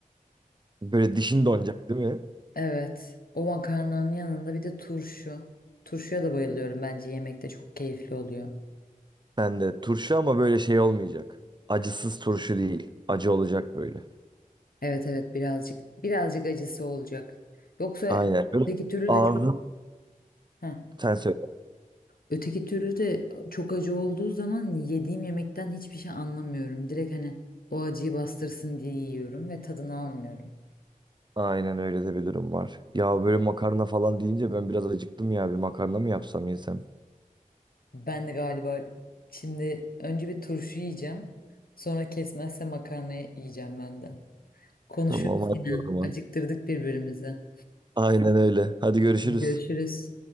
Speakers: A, on the right; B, on the left.
A: Böyle dişin donacak değil mi?
B: Evet o makarnanın yanında bir de turşu. Turşuya da bayılıyorum bence yemekte çok keyifli oluyor.
A: Ben de turşu ama böyle şey olmayacak. Acısız turşu değil. Acı olacak böyle.
B: Evet evet birazcık birazcık acısı olacak. Yoksa
A: Aynen. Böyle
B: öteki türlü
A: ağzım
B: de çok Heh.
A: sen söyle.
B: Öteki türlü de çok acı olduğu zaman yediğim yemekten hiçbir şey anlamıyorum. Direkt hani o acıyı bastırsın diye yiyorum ve tadını almıyorum.
A: Aynen öyle de bir durum var. Ya böyle makarna falan deyince ben biraz acıktım ya. Bir makarna mı yapsam yesem?
B: Ben de galiba şimdi önce bir turşu yiyeceğim. Sonra kesmezse makarna yiyeceğim ben de. Konuşuruz
A: Tamam hadi
B: yine.
A: o zaman.
B: Acıktırdık birbirimizi.
A: Aynen öyle. Hadi görüşürüz.
B: Hadi görüşürüz.